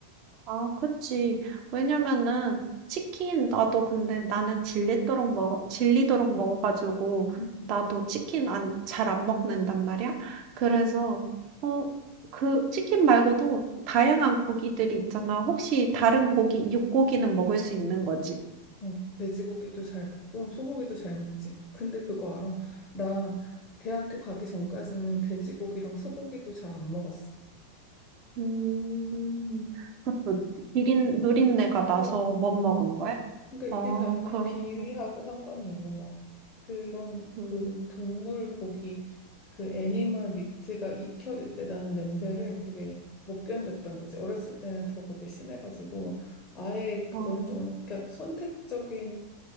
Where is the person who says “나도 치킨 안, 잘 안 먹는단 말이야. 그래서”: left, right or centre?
Right